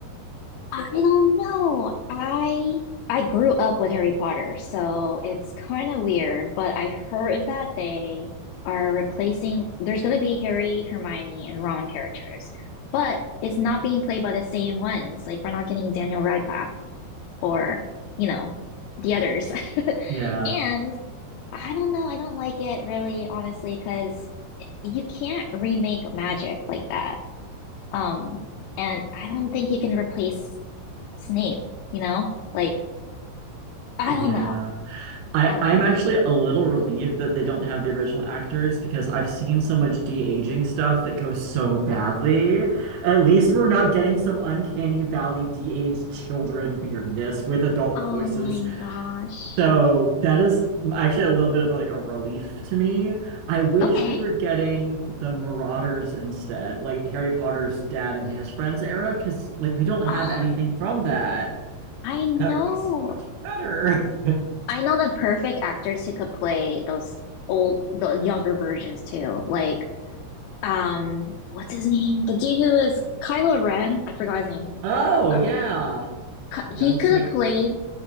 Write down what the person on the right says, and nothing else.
Yeah.
Yeah.
I
I'm
actually a little relieved that they don't have the original actors because I've seen so much de-aging stuff that goes so badly. At least we're not getting some uncanny valley de-aged children weirdness with adult
voices.
So that is actually a little bit of like a relief to me. I wish
we were getting the Marauders instead, like Harry Potter's dad and his friends era, because like we don't
have anything from that.
That would be so much better. <laughs>
Oh
yeah.
Young
Snape.